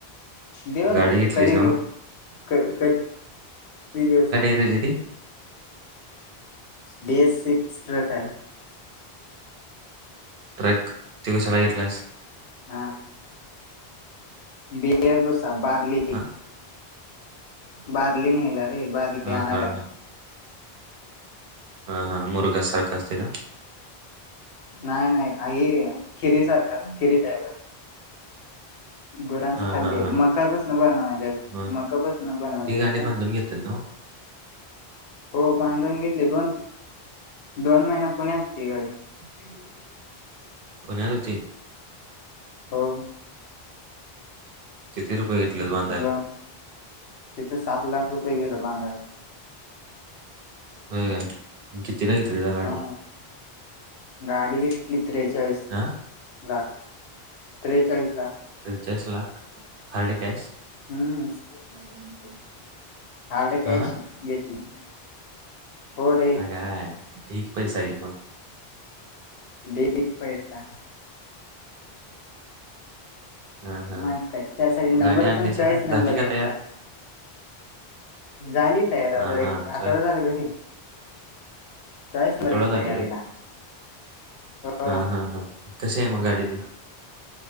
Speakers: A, on the left (about 70°); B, on the right (about 65°).
A: देऊ ना
B: गाडी घेतलीस
A: कधी
B: नव्ह
A: देऊ कधी कधी देऊ सांग
B: ददी
A: बे सिक्स् ट्रक आहे
B: ट्रॅक ते कशाला घेतलायस
A: हा बेर बोसा बार्ली
B: हा
A: बादली नाही यायला रे बादली
B: हा
A: आणायला
B: हा हा हा हा मुरगास सारखासतघ
A: नाही नाही ह खिरी सारखाच खिरी टाप
B: <unintelligible>
A: गोरांच
B: हा
A: खाद्य
B: हा
A: आहे
B: हा
A: मकापासून बनवालेलं
B: मग
A: मकापसून बनवलेलं
B: ती गाडी
A: का
B: बांधून घेतात नव्ह
A: हो बांधून घेतले दोन दोन महिने पुण्यात होती गाडी हम्
B: कोण्यातत होती
A: हा
B: किती रुपये घेतलेत बांधायला
A: दोन तिथं सात लाख रुपये गेल बांधल
B: होय का किती ना किेतली त गाडी
A: हा गाडी कतीली त्रेचाळीस
B: हां
A: लाख त्रेचाळीस लाख
B: त्रेचाळीस लाख हार्ड कॅश
A: हम्म हारड कॅश
B: हा
A: घेतली होर
B: हा काय ठीक पैसा आहे मग
A: देेत पैसा
B: हा हा
A: म काय त्यासाठी नंबर
B: गाडी आणली
A: पण
B: सर
A: चॉईस नंबर
B: झाली का
A: घेतला
B: तयार
A: झाली तयार
B: हा
A: आता एक
B: हा चल
A: आठवडा झाला घरी चाळीस नंबर
B: आठवडा
A: घेतलाय
B: झाली
A: गाडीला
B: होय
A: हो
B: हा हा हा कसे आहे मग आडी त